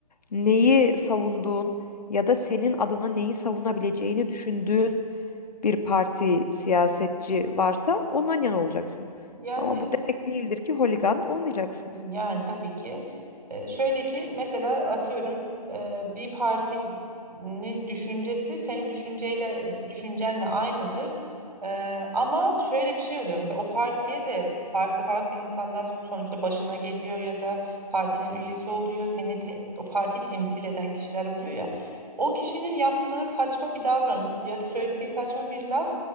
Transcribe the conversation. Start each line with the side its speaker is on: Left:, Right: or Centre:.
Left: Neyi savunduğun ya da senin adına neyi savunabileceğini düşündüğün bir parti, siyasetçi varsa ondan yana olacaksın.
Right: Yani
Left: Ama bu demek değildir ki holigan olmayacaksın.
Right: Yani tabii ki. Ee, şöyle ki mesela atıyorum e, bir partinin düşüncesi senin düşünceyle düşüncenle aynıdır. Ee, ama şöyle bir şey oluyor. Mesela o partiye de farklı farklı insanlar sonuçta başına geliyor ya da partinin üyesi oluyor. Seni te- o partiyi temsil eden kişiler oluyor ya. O kişinin yaptığı saçma bir davranış ya da söylediği saçma bir laf